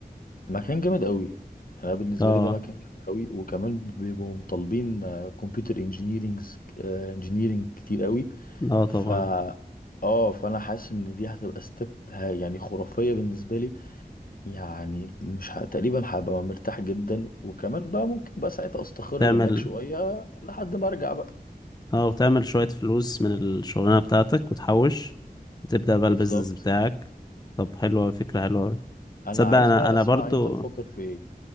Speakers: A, on the left (about 60°); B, on the left (about 25°).
A: مكان جامد قوي انا بالنسبه
B: اه
A: لي ده مكان جامد قوي وكمان بيبقوا مطالبين كمبيوتر انجينيرينجز انجينيرينج كتير قوي
B: اه
A: ف
B: طبعا
A: اه فانا حاسس ان دي هتبقى ستيب يعني خرافيه بالنسبه لي يعني مش ه... تقريبا هبقى مرتاح جدا وكمان بقى ممكن بقى ساعتها استقر
B: تعمل
A: هناك شويه لحد ما ارجع بقى
B: اه وتعمل شوية فلوس من الشغلانة بتاعتك وتحوش وتبدأ بقى
A: بالظبط
B: البيزنس بتاعك طب حلوة فكرة حلوة
A: انا
B: تصدق
A: عايز
B: انا
A: بقى
B: انا
A: اسمع
B: برضو
A: انت بتفكر في ايه